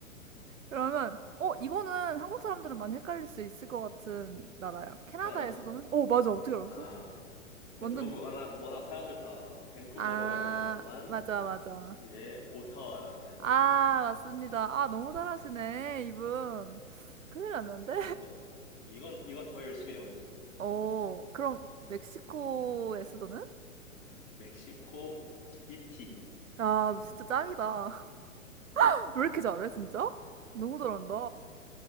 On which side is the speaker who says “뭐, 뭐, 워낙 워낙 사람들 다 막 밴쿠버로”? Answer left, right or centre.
Left